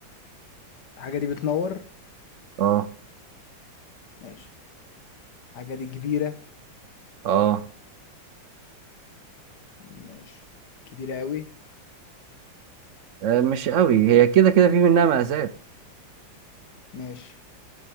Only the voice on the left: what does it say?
الحاجة دي بتنور
ماشي الحاجة دي كبيرة
ماشي كبيرة قوي
ماشي